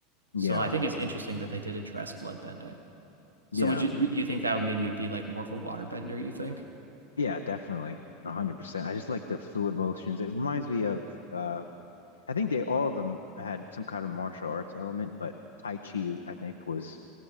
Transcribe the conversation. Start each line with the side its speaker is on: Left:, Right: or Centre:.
Left: Yeah,
Right: So I think it's interesting that they did address blood bending. So
Left: yeah,
Right: would you you think that would mean you'd be like more of a waterbender, you think?
Left: yeah, definitely, a hundred percent. I just like the fluid motions. It reminds me of uh, I think they all of them had some kind of martial arts element, but Tai Chi I think was